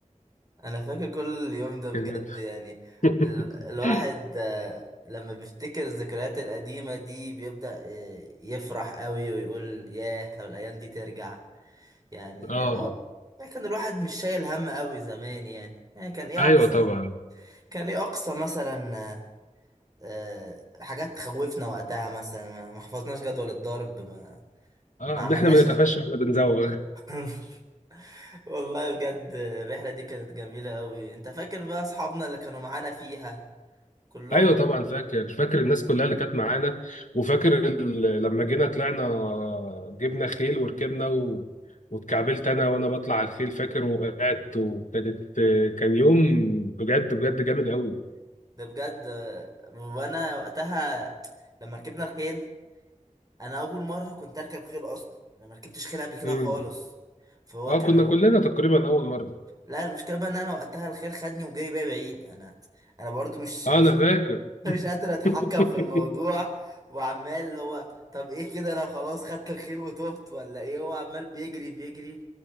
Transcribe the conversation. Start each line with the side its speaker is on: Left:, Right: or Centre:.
Right: انا فاكر كل اليوم ده بجد
Left: كان-
Right: يعني
Left: <laughs>
Right: ال الواحد آه، لما بيفتكر الذكريات القديمة دي بيبدأ آه، يفرح قوي ويقول ياه لو الايام دي ترجع يعني
Left: اه
Right: هو- يعني كان الواحد مش شايل هم قوي زمان يعني يعني كان ايه
Left: ايوه
Right: اقصى
Left: طبعا
Right: كان ايه اقصى مثلا آه، حاجات تخوفنا وقتها مثلا ما ما حفظناش جدول الضرب ما
Left: اه
Right: ما عملناش
Left: ان احنا ما نتقفش واحنا بنزوغ <laughs>
Right: <laughs> والله بجد الرحلة دي كانت جميلة قوي انت فاكر بقى اصحابنا اللي كانوا معانا فيها كلهم
Left: ايوه طبعا فاكر فاكر الناس كلها اللي كانت معانا وفاكر ال- لما جينا طلعنا جبنا خيل وركبنا و... واتكعبلت انا وانا بطلع على الخيل فاكر وقعت وكانت كان يوم بجد بجد جامد قوي
Right: ده بجد آه، وانا وقتها لما ركبنا الخيل انا اول مرة كنت اركب خيل اصلا انا ما ركبتش خيل قبل كده
Left: امم
Right: خالص فهو
Left: اه
Right: كان
Left: كنا كلنا تقريبا اول مره
Right: لا المشكله بقى ان انا وقتها الخيل خدني وجري بيا بعيد انا انا برضو مش
Left: اه
Right: مش
Left: انا فاكر
Right: <laughs> مش قادر اتحكم
Left: <laughs>
Right: في الموضوع وعمال هو طب ايه كده انا خلاص خدت الخيل وتهت ولا ايه هو عمال بيجري بيجري